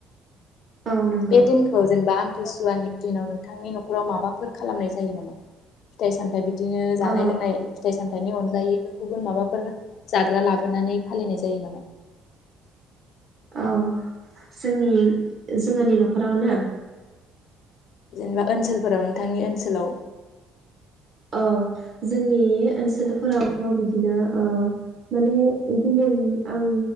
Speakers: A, on the right; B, on the left.
A: औ नंगौ
B: बे दिनखौ जेनेबा आमथिसुवानि दिनाव नोंथांनि न'खराव माबाफोर खालामनाय जायो नामा फिथाइ सामथाय बिदिनो जानाय
A: औ
B: लोंनाय फिथाइ साम थाइनि अनगायैबो गुबुन माबाफोर जाग्रा लाबोनानै फालिनाय जायो नामा?
A: औ जोंनि जोंहानि न'खरावना
B: जेनेबा ओनसोलफोराव नोंथांनि ओनसोलाव।
A: अ जोंनि ओनसोलफोरावथ' बिदिनो ओ माने गुबुन आं